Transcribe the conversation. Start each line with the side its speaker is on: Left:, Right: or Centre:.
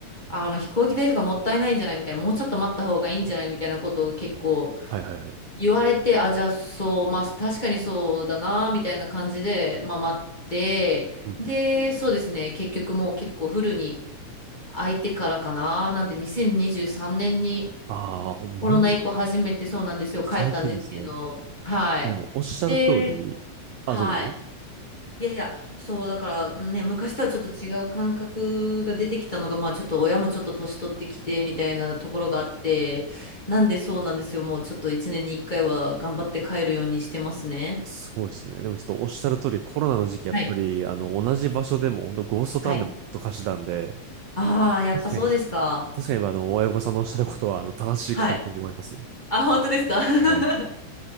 Left: あの飛行機代とかもったいないんじゃないみたいな、もうちょっと待った方がいいんじゃないみたいなことを結構
Right: はいはいはい。
Left: 言われて、あ、じゃあそう、まあ確かにそうだな、みたいな感じで、まあ待って、
Right: うん
Left: で、そうですね、結局もう結構フルに空いてからかな、なんで2023年にじゅうさんねんに
Right: ああ、ほんまに
Left: コロナ以降初めてそうなんですよ、
Right: 最近ですね。
Left: 帰ったんですけど、はい。
Right: えでもおっしゃる通り、
Left: で、はい。
Right: あ、どうぞ。
Left: いやいや、そう、だからね、昔とはちょっと違う感覚が出てきたのが、まあちょっと親もちょっと年取ってきてみたいなところがあって、なんでそうなんですよ。もうちょっと一年に一回は頑張って帰るようにしてますね。
Right: いや、すごいですね。でもちょっとおっしゃる通り、コロナの時期、やっぱり、
Left: はい。
Right: あの、同じ場所でも、本当ゴーストタウンでもと貸してたんで、
Left: はい。ああ、やっぱそうですか。
Right: 確かに、確かに、あの、親御さんのおっしゃることは、あの、正しいかなっていうふうに思いますよ。
Left: はい。あ、本当ですか <laughs>
Right: はい。